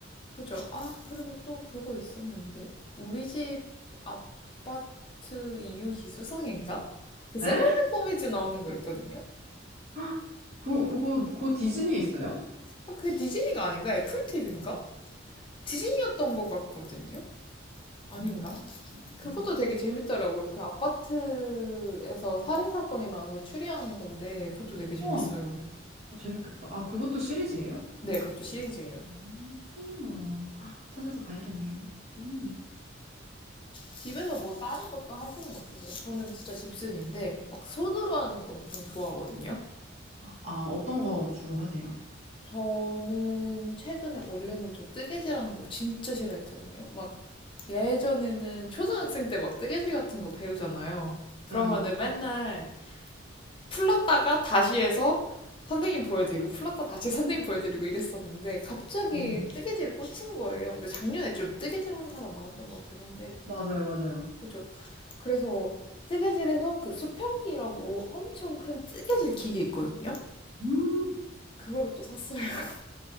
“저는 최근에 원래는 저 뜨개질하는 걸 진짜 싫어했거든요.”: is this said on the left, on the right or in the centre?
Left